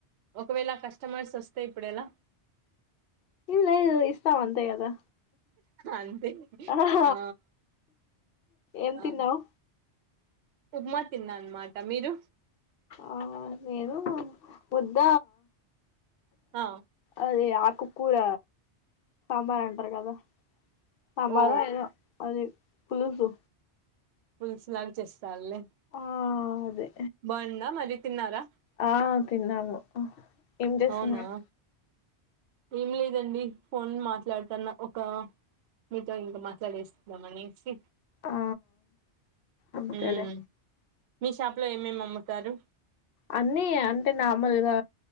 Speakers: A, on the right; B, on the left.
A: ఒకవేళ కస్టమర్స్ వస్తే ఇప్పుడు ఎలా
B: లేదులే ఇస్తాం అంతే కదా
A: అంతే
B: ఆహ
A: ఆ
B: ఏం
A: ఆ
B: తిన్నావు
A: ఉప్మా తిన్నా అన్నమాట మీరు
B: ఆ నేను ముద్ద
A: ఆ
B: అవి ఆక్ ఆకుకూర సాంబార్ అంటారు కదా సాంబారు
A: ఓ
B: ఎదో అది పులుసు
A: పులుసు లాగా చేస్తాలే
B: ఆ అదే
A: బాగుందా మరి తిన్నారా,
B: ఆ తిన్నాము ఏం చేస్తున్నావ్
A: అవునా ఏం లేదండి ఫోన్ మాట్లాడతాన్న ఒక మీతో ఇంకా మాట్లాడేస్తున్నాను అనేసి
B: ఆ అంతేలే
A: ఉమ్. మీ షాప్ లో ఏమేమి అమ్ముతారు
B: అన్నీ అంటే నార్మల్గా